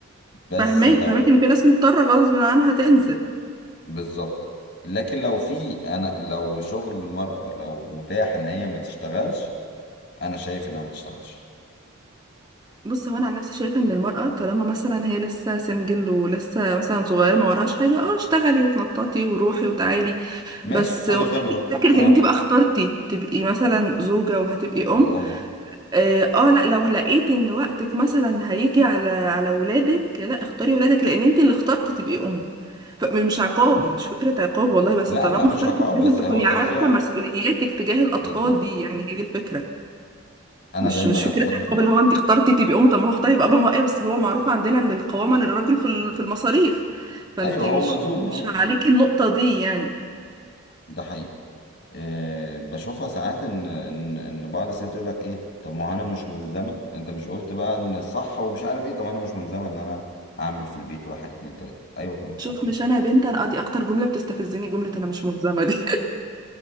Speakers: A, on the left; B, on the right.
A: بس
B: فهماك
A: لو
B: فهماك ان في ناس مضطره غصب عنها تنزل
A: بالظبط لكن لو في انا لو شغل المرأة لو متاح ان هي ما تشتغلش انا شايف انها ما تشتغلش
B: بص هو انا عن نفسي شايفه ان المراه طالما مثلا هي لسه سنجل ولسه مثلا صغيره ما وراهاش حاجه اه اشتغلي وتنططي وروحي وتعالي
A: ماشي
B: بس
A: خدي
B: يعني
A: خبرة
B: فكره
A: اه
B: ان انت بقى اخترتي تبقي مثلا زوجه وهتبقي
A: تبقي
B: ام
A: ام
B: اه آه، لا لو لقيتي ان وقتك مثلا هيجي على على ولادك لا اختاري ولادك لان انت اللي اخترتي تبقي ام فمش عقاب مش فكره عقاب والله بس
A: لا
B: طالما
A: لا مش
B: اخترتي
A: عقاب
B: لازم
A: بس
B: تكوني
A: هو توزيع
B: عارفه مسؤولياتك تجاه الاطفال
A: بالظبط
B: دي يعني هي دي الفكره
A: انا
B: مش
A: دايما
B: مش فكره
A: اسال
B: حجاب اللي هو انت اخترتي تبقي ام طب ما هو اختار يبقى اب ما هو ايه بس هو معروف عندنا ان القوامه للرجل في ال- في المصاريف فانت
A: ايوه
B: مش
A: هو ملزوم
B: مش
A: اه
B: عليكي النقطه دي يعني
A: ده حقيقي أه بشوفها ساعات ان ان ان بعض الستات يقول لك ايه طب ما هو انا مش ملزمه انت مش قلت بقى ان الصح ومش عارف ايه طب انا مش ملزمه ان انا اعمل في البيت واحد اتنين تلاته ايوه تمام
B: شوف
A: اوكي
B: مش انا يا بنت انا ادي اكتر جمله بتستفزني جمله انا مش ملزمه دي